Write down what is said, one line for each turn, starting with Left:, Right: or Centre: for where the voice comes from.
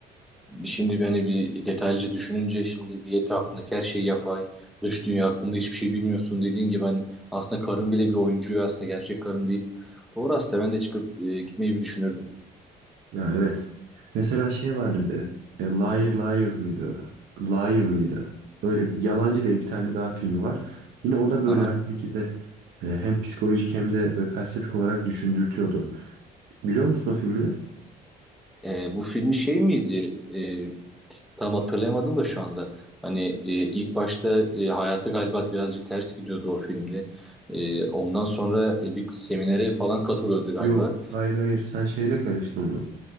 Centre: e, Şimdi beni bir detaylıca düşününce şimdi etrafındaki her şey yapay, dış dünya hakkında hiçbir şey bilmiyorsun dediğin gibi hani aslında karın bile bir oyuncu ve aslında gerçek karın değil. Doğru aslında ben de çıkıp e, gitmeyi bir düşünürdüm.
Right: Ya evet. Mesela şey vardı bir de. E, Liar Liar mıydı? Liar mıydı? Öyle Yalancı diye bir tane daha filmi var. Yine o da böyle
Centre: Aha.
Right: aynı şekilde E, hem psikolojik hem de böyle felsefik olarak düşündürtüyordu. Biliyor musun o filmini?
Centre: E, bu filmi şey miydi? E, tam hatırlayamadım da şu anda. Hani e, ilk başta e, hayatı galiba birazcık ters gidiyordu o filmde. E, ondan sonra e, bir seminere falan katılıyordu galiba.
Right: Yok. Hayır hayır. Sen şeyle karıştın onu.